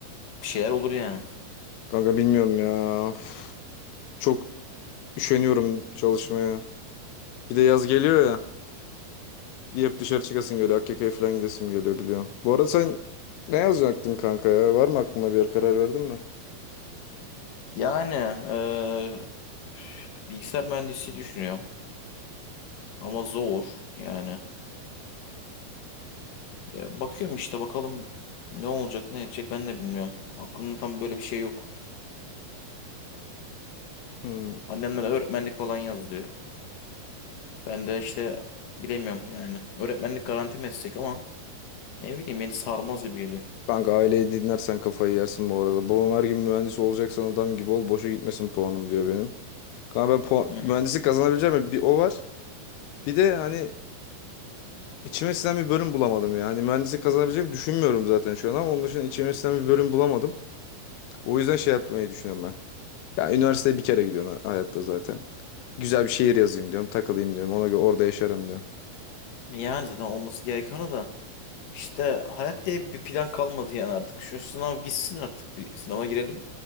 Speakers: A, on the left (about 70°); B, on the left (about 85°).
A: bir şeyler olur yani.
B: Kanka bilmiyorum ya. Üf, çok üşeniyorum çalışmaya. Bir de yaz geliyor ya. Hep dışarı çıkasın geliyor. AKK'ya falan gidesim geliyor biliyorum. Bu arada sen ne yazacaktın kanka ya? Var mı aklında bir yer karar verdin mi?
A: Yani eee, bilgisayar mühendisi düşünüyorum ama zor yani. E, bakıyorum işte bakalım ne olacak ne edecek ben de bilmiyorum. Aklımda tam böyle bir şey yok.
B: Hmm.
A: Annemler öğretmenlik falan yazıyor. Ben de işte bilemiyorum yani. Öğretmenlik garanti meslek ama ne bileyim beni sarmaz gibi geliyor.
B: Kanka aileyi dinlersen kafayı yersin bu arada. Babam her gün mühendis olacaksan adam gibi ol. Boşa gitmesin puanım diyor benim. Kanka ben puan,
A: Hı hı.
B: mühendislik kazanabileceğim mi? bir o var. Bir de hani içime sinen bir bölüm bulamadım ya. Hani mühendislik kazanabileceğimi düşünmüyorum zaten şu an ama onun dışında içime sinen bir bölüm bulamadım. O yüzden şey yapmayı düşünüyorum ben. Ya üniversiteye bir kere gidiyorsun ha- hayatta zaten. Güzel bir şehir yazayım diyorum. Takılayım diyorum. Ona göre orada yaşarım diyorum.
A: Yani zaten olması gereken o da. İşte hayat diye bir plan kalmadı yani artık. Şu sınav gitsin artık bir sınava girelim.